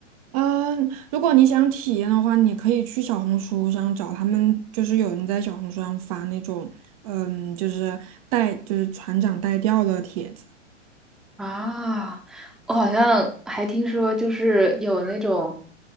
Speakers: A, on the right; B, in the centre.
A: 嗯，如果你想体验的话，你可以去小红书上找他们，就是有人在小红书上发那种，嗯，就是带就是船长带钓的帖子。
B: 啊，我好像还听说，就是有那种